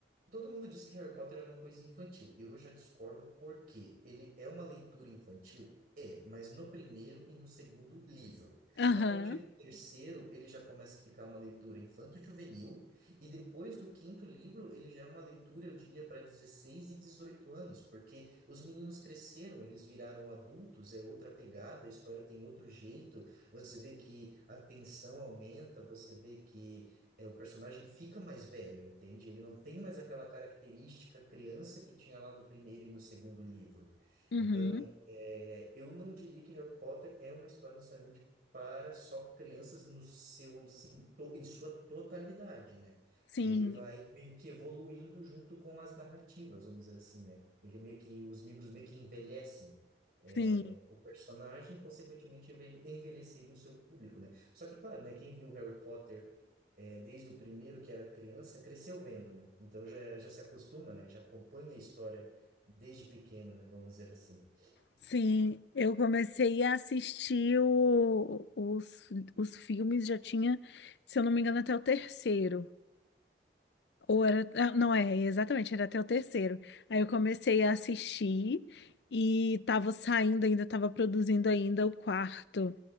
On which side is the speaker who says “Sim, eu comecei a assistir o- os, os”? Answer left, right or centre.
Left